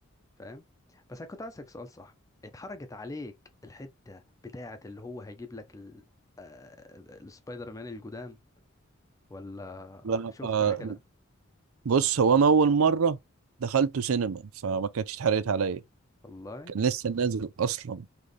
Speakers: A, on the left; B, on the right.
A: فاهم بس انا كنت عايز اسالك سؤال صح اتحرجت عليك الحته بتاعه اللي هو هيجيب لك ال... آه، آه، السبايدر مان الجداد ولا
B: لا
A: شفتها
B: آه
A: كده
B: بص هو انا اول مره دخلته سينما فما كانتش اتحرقت عليا
A: والله
B: كان لسه نازل اصلا